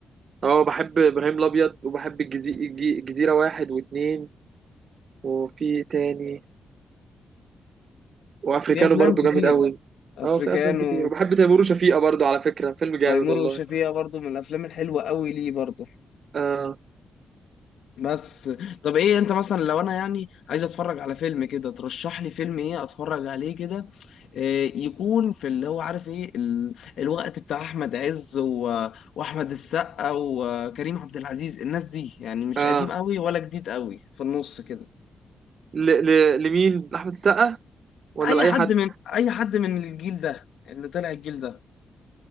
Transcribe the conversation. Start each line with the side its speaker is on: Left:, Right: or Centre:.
Right: اه بحب ابراهيم الابيض وبحب الجزي... الج- الجزيره واحد واتنين وفي تاني وافريكانو
Left: في أفلام
Right: برضو
Left: كتير
Right: جامد قوي
Left: أفريكانو
Right: اه في افلام كتير وبحب تيمور وشفيقة برضو على فكره فيلم جامد
Left: تيمور
Right: والله
Left: وشفيقة برضو من الأفلام الحلوة قوي ليه برضو
Right: اه
Left: بس طب ايه انت مثلا لو انا يعني عايز اتفرج على فيلم كده ترشح لي فيلم ايه اتفرج عليه كده إيه يكون في اللي هو عارف ايه ال... الوقت بتاع احمد عز و... واحمد السقا وكريم عبد العزيز الناس دي يعني مش
Right: اه
Left: قديم قوي ولا جديد قوي في النص كده
Right: ل... ل... لمين لأحمد السقا ولا
Left: اي
Right: لأي
Left: حد
Right: حد
Left: من اي حد من الجيل ده اللي طلع الجيل ده